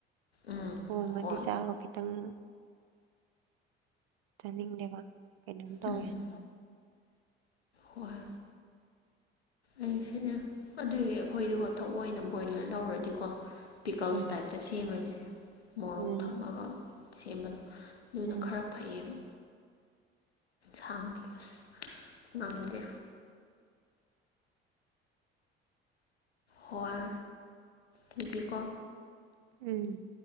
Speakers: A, on the left (about 85°); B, on the right (about 65°).
A: ꯎꯝ
B: ꯊꯣꯡꯉꯗꯤ
A: ꯍꯣꯏ
B: ꯆꯥꯕ ꯈꯤꯇꯪ ꯆꯥꯅꯤꯡꯗꯦꯕ ꯀꯩꯅꯣꯝ ꯇꯧꯋꯦ
A: ꯎꯝ ꯍꯣꯏ ꯑꯩꯁꯨꯅꯦ ꯑꯗꯨꯒꯤ ꯑꯩꯈꯣꯏꯗꯤꯀꯣ ꯊꯧꯑꯣꯏꯅ ꯕꯣꯏꯂꯔ ꯂꯧꯔꯗꯤꯀꯣ ꯄꯤꯀꯜꯁ
B: ꯎꯝ
A: ꯇꯥꯏꯞꯇ ꯁꯦꯝꯃꯅꯤ ꯃꯣꯔꯣꯛ
B: ꯎꯝ
A: ꯊꯝꯃꯒ ꯁꯦꯝꯕꯗꯣ ꯑꯗꯨꯅ
B: ꯎꯝ
A: ꯈꯔ ꯐꯩꯌꯦꯕ ꯁꯥꯡꯗꯤ ꯑꯁ ꯉꯝꯗꯦ ꯍꯣꯏ ꯅꯨꯄꯤꯀꯣ
B: ꯎꯝ